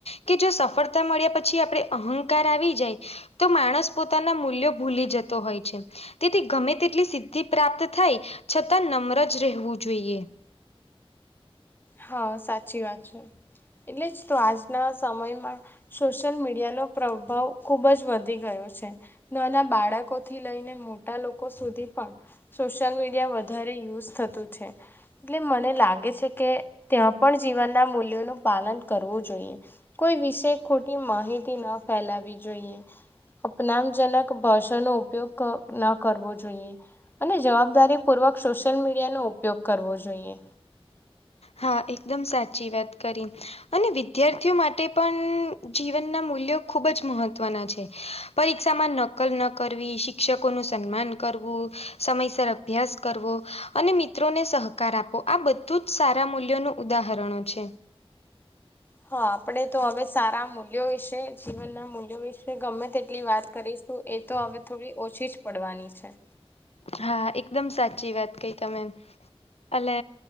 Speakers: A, on the left; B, on the left.
A: કે જો સફળતા મળ્યા પછી આપડે અહંકાર આવી જાય તો માણસ પોતાના મૂલ્યો ભૂલી જતો હોય છે તેથી ગમે તેટલી તે પ્રાપ્ત થાય છતાં નમ્ર જ રહેવું જોઈએ.
B: હા સાચી વાત છે એટલે જ તો આજના સમયમાં સોશિયલ મીડિયાનો પ્રભાવ ખુબ જ વધી ગયો છે. નાના બાળકોથી લઈને મોટા લોકો સુધી પણ સોશિયલ મીડિયા વધારે યુઝ થતું છે એટલે મને લાગે છે કે ત્યાં પણ જીવનના મૂલ્યોનું પાલન કરવું જોઈએ. કોઈ વિશે ખોટી માહિતી ના ફેલાવી જોઈએ. અપનામજનક ભાષાનો ઉપયોગ ન કરવો જોઈએ. અને જવાબદારી પૂર્વક સોશિયલ મીડિયાનોો ઉપયોગ કરવો જોઈએ.
A: હા એકદમ સાચી વાત કરી. અને વિદ્યાર્થીઓ માટે પણ જીવનના મૂલ્યો ખૂબ જ મહત્વના છે. પરીક્ષામાં નકલ ન કરવી શિક્ષકોનું સન્માન કરવું સમયસર અભ્યાસ કરવો. અને મિત્રોને સહકાર આપો આ બધું જ સારા મૂલ્યોનું ઉદાહરણો છે.
B: હા આપડે તો હવે સારા મૂલ્યો વિશે જીવનના મૂલ્યો વિશે ગમે તેટલી વાત કરીશું એ તો હવે થોડી ઓછી જ પડવાની છે.
A: હા એકદમ સાચી વાત કય તમે અને